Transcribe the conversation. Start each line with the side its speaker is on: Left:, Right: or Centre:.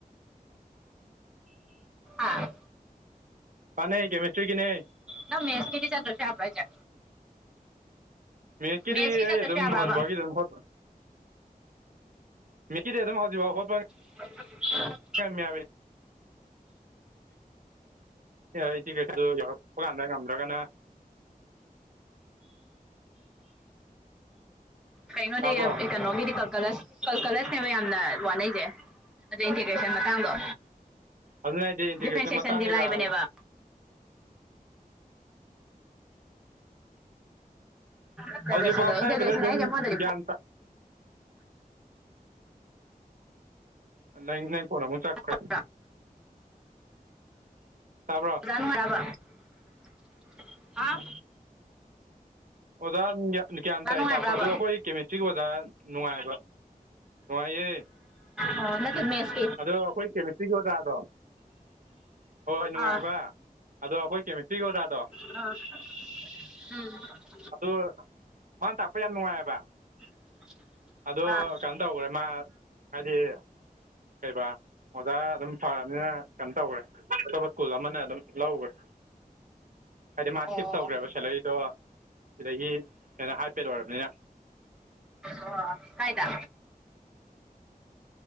Centre: ꯑꯥ <unintelligible>
Right: ꯄꯥꯟꯅꯦ ꯀꯦꯃꯤꯦꯁꯇ꯭ꯔꯤ ꯒꯤꯅꯦ
Centre: ꯅꯪ ꯃꯦꯁꯀꯤꯗꯤ ꯆꯗ꯭ꯔꯁꯨ ꯌꯥꯕ꯭ꯔ ꯍꯥꯏꯁꯦ
Right: ꯃꯤꯠꯀꯤꯗꯤ
Centre: ꯃꯦꯠꯁꯀꯤ ꯆꯠꯇ꯭ꯔꯁꯨ
Right: ꯑꯩ ꯑꯗꯨꯝ
Centre: ꯌꯥꯕ꯭ꯔꯕ
Right: ꯍꯧꯖꯤꯛꯐꯥꯎꯒꯤ ꯑꯗꯨꯝ ꯍꯣ ꯃꯤꯀꯤꯗꯤ ꯑꯗꯨꯝ ꯍꯧꯖꯤꯐꯥꯎꯣꯠꯄ
Centre: ꯎ <unintelligible>
Right: ꯀꯃꯦ ꯌꯥꯕ ꯇ ꯏꯟꯇꯤꯒ꯭ꯔꯦꯁꯟꯗꯨ ꯌꯧꯔꯛꯄ ꯀꯥꯟꯗ ꯉꯝꯗ꯭ꯔꯒꯅ
Centre: ꯀꯩꯅꯣꯗꯤ
Right: ꯇꯥꯕ꯭ꯔꯣ
Centre: ꯀꯩꯅꯣꯒꯤꯗꯤ ꯀꯜꯀꯂꯁ ꯀꯜꯀꯂꯁꯅꯦꯕ ꯌꯥꯝꯅ ꯋꯥꯅꯩꯁꯦ ꯑꯗꯨ ꯏꯟꯇꯤꯒ꯭ꯔꯦꯁꯟ ꯃꯇꯥꯡꯗꯣ
Right: ꯑꯗꯨꯅ ꯍꯥꯏꯗꯤ ꯏꯟꯇꯤꯒ꯭ꯔꯦꯁꯟ
Centre: ꯗꯤꯐ꯭ꯔꯦꯟꯁꯤꯌꯦꯁꯟꯗꯤ
Right: ꯃꯇꯥꯡ ꯀꯩꯀꯥ
Centre: ꯂꯥꯏꯕꯅꯦꯕ ꯏꯟꯇꯒ꯭ꯔꯦꯁꯟꯅꯦ
Right: ꯍꯧꯖꯤꯛꯐꯥꯎ ꯇꯛꯏꯕꯗ
Centre: ꯏꯟꯇꯒ꯭ꯔꯦꯁꯟ
Right: ꯑꯗꯨꯝ
Centre: ꯍꯥꯏꯁꯦ ꯑꯃꯔꯣꯝꯗꯗꯤ
Right: ꯒꯤꯌꯥꯜ ꯅꯪ ꯅꯪ ꯐꯣꯜ ꯑꯃꯨꯛ ꯆꯞꯈ꯭ꯔꯦ
Centre: ꯐꯣꯛꯇ꯭ꯔꯥ
Right: ꯇꯥꯕ꯭ꯔꯣ
Centre: <unintelligible> ꯍꯥ
Right: ꯑꯣꯖꯥ ꯒ꯭ꯌꯥꯟ
Centre: ꯑꯣꯖꯥ
Right: ꯇꯥꯏ
Centre: ꯅꯨꯡꯉꯥꯏꯕ꯭ꯔꯕ
Right: ꯇꯞꯄ ꯑꯗꯣ ꯑꯩꯈꯣꯏ ꯀꯦꯃꯤꯁꯇ꯭ꯔꯤꯒꯤ ꯑꯣꯖꯥ ꯅꯨꯡꯉꯥꯏꯕ ꯅꯨꯡꯉꯥꯏꯌꯦ
Centre: ꯑꯣ ꯅꯠꯇ ꯃꯦꯁ
Right: ꯑꯗꯣ ꯑꯩꯈꯣꯏ ꯀꯦꯃꯤꯁꯇ꯭ꯔꯤꯒꯤ ꯑꯣꯖꯥꯗꯣ ꯍꯣꯏ ꯅꯨꯡꯉꯥꯏꯕ
Centre: ꯑꯥ
Right: ꯑꯗꯣ ꯑꯩꯈꯣꯏ ꯀꯦꯁꯇ꯭ꯔꯤꯒꯤ ꯑꯣꯖꯥꯗꯣ
Centre: ꯑ ꯎꯝ <unintelligible>
Right: ꯑꯗꯣ ꯃꯥꯅ ꯇꯥꯛꯄ ꯌꯥꯝ ꯅꯨꯡꯉꯥꯏꯑꯕ
Centre: <unintelligible>
Right: ꯑꯗꯣ
Centre: ꯑꯥ
Right: ꯀꯩꯅꯣ ꯇꯧꯈ꯭ꯔꯦ ꯃꯥ ꯍꯥꯏꯗꯤ ꯀꯩꯕ ꯑꯣꯖꯥ ꯑꯗꯨꯝ ꯐꯕꯅꯤꯅ ꯀꯩꯅꯣ ꯇꯧꯈ꯭ꯔꯦ ꯑꯇꯣꯞꯄ ꯁ꯭ꯀꯨꯜ ꯑꯃꯅ ꯑꯗꯨꯝ ꯂꯧꯈ꯭ꯔꯦ ꯍꯥꯏꯗꯤ ꯃꯥ
Centre: ꯑꯣ
Right: ꯁꯤꯦꯞ ꯇꯧꯈ꯭ꯔꯦꯕ ꯁꯦꯂꯔꯤꯗꯣ ꯁꯤꯗꯒꯤ ꯀꯩꯅꯣ ꯍꯥꯏ ꯄꯦꯗ ꯑꯣꯏꯔꯕꯅꯤꯅ
Centre: ꯑꯣ ꯀꯥꯏꯗ